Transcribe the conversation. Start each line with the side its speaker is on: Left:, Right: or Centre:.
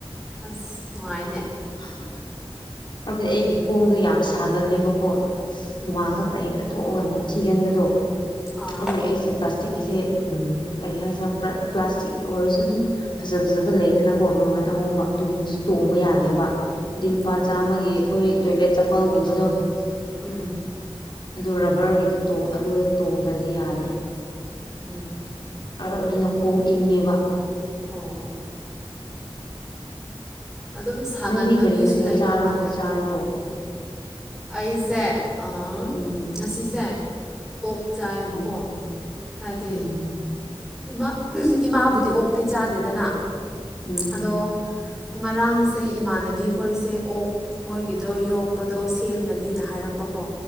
Centre: ꯑꯁ ꯅꯨꯡꯉꯥꯏꯅꯦ
Left: <unintelligible> <unintelligible> ꯒꯤ ꯈꯣꯡꯗꯣ ꯌꯥꯝ ꯁꯥꯒꯜꯂꯦꯕꯀꯣ
Centre: ꯎꯝ
Left: ꯍꯨꯃꯥꯡ ꯈꯛꯇ ꯍꯦꯛꯇ ꯊꯣꯛꯑꯒ ꯅꯝꯊꯤꯒꯟꯕꯗꯣ
Centre: ꯑꯥ
Left: ꯑꯗꯨꯒꯤ ꯑꯩꯁꯦ ꯄ꯭ꯂꯥꯁꯇꯤꯛꯀꯤꯁꯦ ꯎꯝ ꯀꯔꯤ ꯍꯥꯏꯁꯤꯔꯥ ꯄ꯭ꯂꯥꯁꯇꯤꯛ ꯑꯣꯏꯔꯁꯨ ꯑꯗꯨꯝ ꯐꯖ ꯐꯖꯕ ꯂꯩꯗꯅꯀꯣ ꯃꯃꯜ ꯑꯍꯣꯡꯕ ꯑꯗꯨꯒꯨꯝꯕꯁꯨ ꯇꯣꯡꯕ ꯌꯥꯗꯦꯕ ꯗꯤ ꯂꯨꯄꯥ
Centre: ꯑꯣ
Left: ꯆꯥꯝꯃꯒꯤ
Centre: ꯂꯨꯄꯥ
Left: ꯑꯩꯈꯣꯏ
Centre: ꯆꯥꯝꯃꯒꯤ
Left: ꯇꯣꯏꯂꯦꯠ
Centre: ꯑꯩꯈꯣꯏ
Left: ꯆꯄꯜꯒꯨꯝꯕꯗꯣ
Centre: ꯇꯣꯏꯂꯦꯠ ꯆꯄꯜꯒꯨꯝꯕꯗꯣ ꯎꯝ
Left: ꯑꯗꯨ ꯔꯕꯔꯒꯤꯗꯣ ꯇꯣꯡ ꯑꯗꯨ ꯇꯣꯡꯗ꯭ꯔꯗꯤ ꯌꯥꯗꯦ
Centre: ꯎꯝ
Left: ꯑ ꯑꯗꯨꯅ ꯈꯣꯡ ꯏꯪꯉꯦꯕ
Centre: ꯑꯣ ꯑꯣ ꯑꯗꯨꯝ ꯁꯥꯒꯟꯕ
Left: ꯅꯪꯗꯤ ꯀꯔꯤ
Centre: ꯃꯤꯁꯨ
Left: ꯃꯊꯦꯜ
Centre: ꯂꯩ
Left: ꯆꯥꯔꯕꯣ
Centre: ꯃꯥꯜꯂꯦꯗ
Left: ꯆꯥꯔꯕꯣ
Centre: ꯑꯩꯁꯦ ꯑꯝ
Left: ꯎꯝ
Centre: ꯉꯁꯤꯁꯦ ꯑꯣꯛ ꯆꯥꯏꯕꯀꯣ
Left: ꯎꯝ
Centre: ꯍꯥꯏꯗꯤ
Left: ꯎꯝ
Centre: ꯏꯃꯥ ꯏꯃꯥꯕꯨꯗꯤ ꯑꯣꯛꯇꯤ ꯆꯥꯗꯦꯗꯅ
Left: ꯎꯝ
Centre: ꯑꯗꯣ ꯉꯔꯥꯡꯁꯦ ꯏꯃꯥꯟꯅꯕꯤ ꯈꯣꯏꯁꯦ ꯑꯣꯛ ꯃꯣꯏꯒꯤꯗꯣ ꯌꯣꯛꯄꯗꯣ ꯁꯦꯝꯒꯅꯤꯅ ꯍꯥꯏꯔꯛꯄꯀꯣ